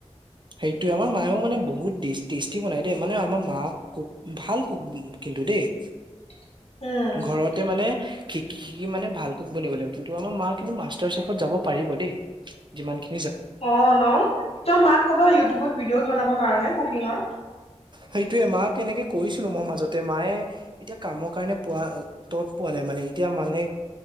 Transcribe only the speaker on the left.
<inaudible> অ
অ ন তই মাক ক'ব ইউটিউবত
ভিডিঅ'জ বনাব কাৰণে কুকিঙৰ।